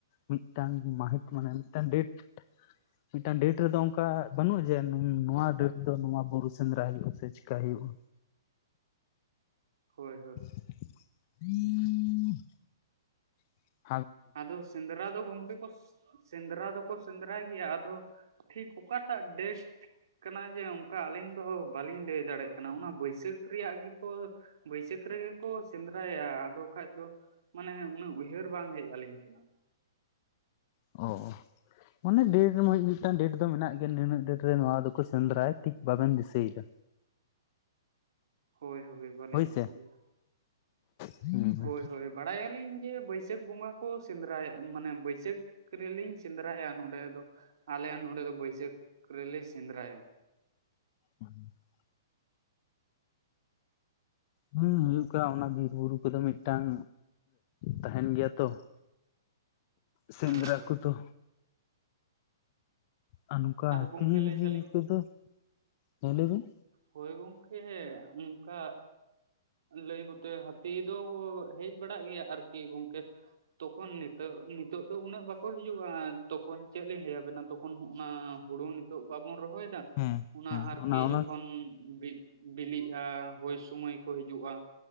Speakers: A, on the left; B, on the right.
A: ᱢᱤᱫᱴᱟᱝ ᱢᱟᱦᱤᱛ, ᱢᱟᱱᱮ ᱢᱤᱫᱴᱟᱝ ᱰᱮᱴ᱾
B: <inaudible> <inaudible>
A: ᱢᱤᱫᱴᱟᱝ ᱰᱮᱴ ᱨᱮᱫᱚ ᱚᱝᱠᱟ ᱵᱟᱹᱱᱩᱜᱼᱟ, ᱡᱮ ᱱᱚᱣᱟ ᱰᱮᱴ ᱫᱚ ᱱᱚᱣᱟ ᱵᱩᱨᱩ ᱥᱮᱸᱫᱽᱨᱟ ᱦᱳᱭᱩᱜᱼᱟ, ᱥᱮ ᱪᱮᱠᱟ ᱦᱳᱭᱩᱜᱼᱟ᱾
B: ᱦᱳᱭ, ᱦᱳᱭ᱾
A: <inaudible> <inaudible> <inaudible> <inaudible>
B: ᱟᱫᱚ ᱥᱮᱸᱫᱨᱟᱽ ᱫᱚ, ᱜᱝᱠᱮ ᱠᱚ ᱥᱮᱸᱫᱽᱨᱟ ᱫᱚᱠᱚ ᱥᱮᱸᱫᱽᱨᱟᱭ ᱜᱮᱭᱟ, ᱟᱫᱚ ᱴᱷᱤᱠ ᱚᱠᱟᱴᱟᱜ ᱰᱮᱴ ᱠᱟᱱᱟ ᱡᱮ ᱚᱝᱠᱟ ᱟᱹᱞᱤᱧ ᱫᱚ, ᱵᱟᱹᱞᱤᱧ ᱞᱟᱹᱭ ᱫᱟᱲᱮᱜ ᱠᱟᱱᱟ, ᱚᱱᱟ ᱵᱟᱹᱭᱥᱟᱹᱠᱷ ᱨᱮᱭᱟᱜ ᱜᱮᱠᱚ ᱵᱟᱹᱭᱥᱟᱹᱠᱷ ᱨᱮᱜᱮ ᱠᱚ ᱥᱮᱸᱫᱽᱨᱟᱭᱟ, ᱟᱫᱚ ᱠᱷᱟᱡ ᱫᱚ ᱩᱱᱟᱹᱜ ᱩᱭᱦᱟᱹᱨ ᱵᱟᱝ ᱦᱮᱡ ᱟᱹᱞᱤᱧ ᱠᱟᱱᱟ᱾
A: ᱚ, ᱢᱟᱱᱮ ᱰᱮᱴ ᱢᱤᱫᱴᱟᱝ ᱰᱮᱴ ᱫᱚ, ᱢᱮᱱᱟᱜ ᱜᱮᱭᱟ ᱱᱤᱱᱟᱹᱜ ᱰᱮᱴ ᱨᱮ ᱱᱚᱣᱟ ᱫᱚᱠᱚ ᱥᱮᱱᱫᱽᱨᱟᱭ, ᱴᱷᱤᱠ ᱵᱟᱵᱮᱱ ᱫᱤᱥᱟᱹᱭ ᱫᱟ᱾
B: ᱦᱳᱭ, ᱦᱳᱭ ᱵᱟᱞᱤᱧ
A: ᱦᱳᱭᱥᱮ
B: ᱫᱤᱥᱭᱟ᱾
A: ᱦᱩᱸ ᱦᱩᱸ
B: ᱦᱳᱭ, ᱦᱳᱭ ᱵᱟᱲᱟᱭᱟᱞᱤᱧ ᱡᱮ ᱵᱟᱹᱭ ᱥᱟᱹᱠᱷ ᱵᱚᱸᱜᱟ ᱠᱚ ᱥᱮᱸᱫᱽᱨᱟᱭᱟ, ᱢᱟᱱᱮ ᱵᱟᱹᱭᱥᱟᱹᱠᱷ ᱨᱮᱞᱤᱧ ᱥᱮᱸᱫᱽᱨᱟᱭᱟ ᱱᱚᱸᱰᱮ ᱫᱚ᱾ ᱟᱞᱮ ᱱᱚᱰᱮ ᱫᱚ, ᱵᱟᱹᱭᱥᱟᱹᱠᱷ ᱨᱮᱞᱮ ᱥᱮᱫᱽᱨᱟᱭᱟ᱾
A: ᱩᱸ <unintelligible> ᱦᱩᱸ, ᱦᱩᱭᱩᱜ ᱠᱟ ᱚᱱᱟ ᱵᱤᱨ ᱵᱩᱨᱩ ᱠᱚᱫᱚ, ᱢᱤᱫᱴᱟᱝ ᱛᱟᱦᱮᱱ ᱜᱮᱭᱟ ᱛᱚ᱾ ᱥᱮᱸᱫᱽᱨᱟ
B: ᱦᱳᱭ ᱦᱳᱭ
A: ᱠᱚᱫᱚ᱾ ᱟᱨ ᱱᱚᱝᱠᱟ ᱦᱟᱹᱛᱤ
B: ᱜᱚᱝᱠᱮ ᱞᱟᱹᱭ
A: ᱞᱤ
B: ᱫᱟᱞᱤᱧ
A: ᱠᱚᱫᱚ, ᱦᱮ ᱞᱮᱭᱵᱤᱱ?
B: ᱦᱳᱭ ᱜᱚᱝᱠᱮ ᱚᱝᱠᱟ᱾ ᱞᱟᱹᱭ ᱠᱚᱛᱮ ᱦᱟᱹᱛᱤ ᱫᱚ, ᱦᱮᱡ ᱵᱟᱲᱟᱜ ᱜᱮᱭᱟ ᱟᱨᱠᱤ ᱜᱚᱝᱠᱮ᱾ ᱛᱚᱠᱷᱚᱱ ᱱᱤᱛᱚᱜ ᱱᱤᱛᱚᱜ ᱫᱚ, ᱩᱱᱟᱹᱜ ᱵᱟᱠᱚ ᱦᱤᱡᱩᱜᱼᱟ ᱛᱚᱠᱷᱚᱱ ᱪᱮᱫ ᱞᱤᱧ ᱞᱟᱹᱭ ᱟᱵᱮᱱᱟ, ᱛᱚᱠᱷᱚᱱ ᱦᱩᱸ ᱚᱱᱟ ᱦᱳᱲᱩ ᱱᱤᱛᱚᱜ ᱵᱟᱵᱩᱱ ᱨᱚᱦᱚᱭᱫᱟ,
A: ᱦᱮᱸ
B: ᱚᱱᱟ
A: ᱦᱮᱸ
B: ᱟᱨᱠᱤ
A: ᱚᱱᱟ
B: ᱡᱚᱠᱷᱚᱱ ᱵᱤ ᱵᱤᱞᱤᱜᱼᱟ ᱦᱳᱭ ᱥᱩᱢᱟᱹᱭ ᱠᱚ ᱦᱤᱡᱩᱜᱼᱟ,